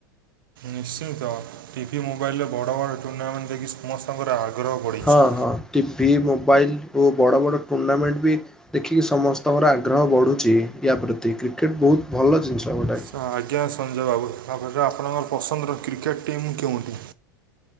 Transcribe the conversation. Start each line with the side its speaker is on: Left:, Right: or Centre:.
Right: ନିଶ୍ଚିନ୍ତ ଟିଭି, ମୋବାଇଲରେ ବଡ଼ ବଡ଼ ଟୁର୍ଣ୍ଣାମେଣ୍ଟ ଯାଇ ସମସ୍ତଙ୍କର ଆଗ୍ରହ ବଢ଼ିଛି।
Centre: ହଁ ହଁ ଟିଭି, ମୋବାଇଲ୍ ଓ ବଡ଼ ବଡ଼ ଟୁର୍ଣ୍ଣାମେଣ୍ଟ ବି ଦେଖିକି ସମସ୍ତଙ୍କର ଆଗ୍ରହ ବଢୁଛି ୟା ପ୍ରତି କ୍ରିକେଟ ବହୁତ ଭଲ ଜିନିଷ ଗୋଟାଏ।
Right: ହ ଆଜ୍ଞା ସଞ୍ଜୟ ବାବୁ ଆରେ ଆପଣଙ୍କର ପସନ୍ଦର କ୍ରିକେଟ୍ ଟିମ୍ କେଉଁଠି?